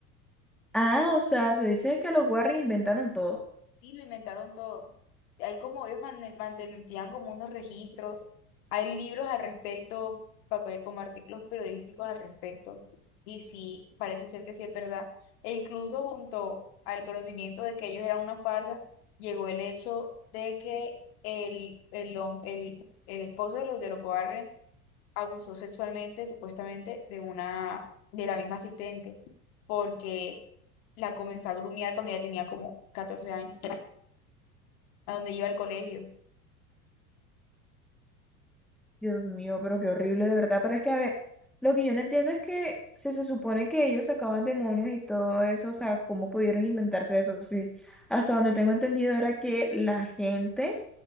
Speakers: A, in the centre; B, on the left.
A: Ah, o sea, se dice que los Warren inventaron todo.
B: Sí, lo inventaron todo. Hay como ellos mane- mantenían como unos registros, hay libros al respecto, papel, como artículos periodísticos al respecto. Y sí, parece ser que sí es verdad. E incluso junto al conocimiento de que ellos eran una farsa, llegó el hecho de que el, el, hom- el, el esposo de los de los Warren abusó sexualmente, supuestamente, de una, de la misma asistente, porque la comenzó a grumiar cuando ella tenía como 14 años a donde iba al colegio.
A: Dios mío, pero qué horrible de verdad. Pero es que, a ver, lo que yo no entiendo es que si se supone que ellos sacaban demonios y todo eso, o sea, ¿cómo pudieron inventarse eso? Sí, hasta donde tengo entendido era que la gente